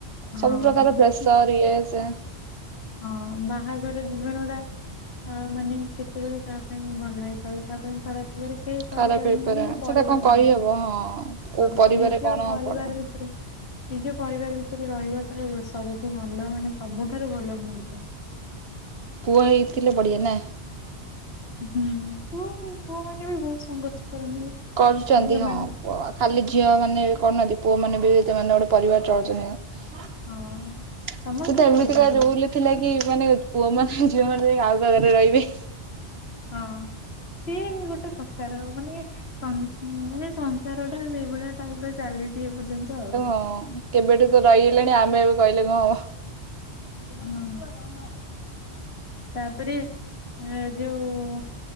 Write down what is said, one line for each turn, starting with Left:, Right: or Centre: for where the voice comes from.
Left: ହଁ
Right: ସବୁ ପ୍ରକାର
Left: ଯେତିକି
Right: ପ୍ରେସର ଇଏ ସେ
Left: ହଁ ବା। ବାହାଘର ଜୀବନ ଟା ଅ ମାନେ କେତେବେଳେ କାହା ପାଇଁ ଭଲ ହେଇପାରେ କାହା ପାଇଁ ଖରାପ ହେଇ। କେହି କହି
Right: ଖରାପ
Left: ପରାନ୍ତିନି
Right: ହେଇପାରେ
Left: ପରିବାର
Right: ସେଟା କଣ କହିହବ
Left: ହଁ
Right: ହଁ କୋଉ
Left: ହଁ
Right: ପରିବାରେ
Left: ନିଜ
Right: କଣ
Left: ପରିବାର
Right: ପଡେ
Left: ଭିତରେ ନିଜ ପରିବାର ଭିତରେ ରହିବା ତାର ସବୁଠୁ ଭଲ ମାନେ ସବୁଠାରୁ ଭଲ ମୁହୂର୍ତ୍ତ।
Right: ପୁଅ ହେଇଥିଲେ ବଢିଆ ନା?
Left: ହୁଁ ପୁଅ ବି ପୁଅ ମାନେ ବି ବହୁତ ସଂଘର୍ଷ କରନ୍ତି
Right: କରୁଛନ୍ତି
Left: ଝିଅମାନେ
Right: ହଁ ପୁଅ ଖାଲି ଝିଅ ମାନେ କରୁନାହାନ୍ତି ପୁଅ ମାନେ ବି ସେମାନେ ଗୋଟେ ପରିବାର ଚଳଉଛନ୍ତି।
Left: ହଁ ସମସ୍ତେ
Right: କିନ୍ତୁ ଏମିତିକା
Left: କରୁଛନ୍ତି
Right: ରୁଲ ଥିଲା କି ମାନେ ପୁଅ ମାନେ ଝିଅ ମାନେ ଯି ଆଉ କା ଘରେ ରହିବେ
Left: ହଁ। ସିଏ ବି ଗୋଟେ ପ୍ରକାର ମାନେ ମାନେ ସଂସାର ଟା ସେଇଭଳିଆ ତାଙ୍କର ଚାଲିଛି ଏ ପର୍ଯ୍ୟନ୍ତ ଆଉ
Right: ହଁ। କେବେଠୁ ତ ରହିଗଲେଣି ଆମେ ଏବେ କହିଲେ କଣ ହବ?
Left: ହଁ ପା ହିଁ ମାରେ ତାପରେ ଏ ଯୋଉ